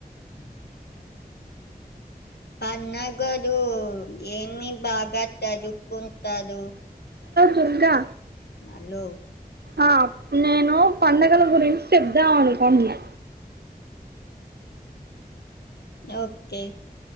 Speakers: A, on the left; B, on the right.
A: అ పన్నగదు ఏమి బాగా చదువుకు తడు
B: చెప్పురా
A: హల్లో
B: ఆ నేను పండగల గురించి చెప్దాం అనుకుంటున్నా
A: ఓకే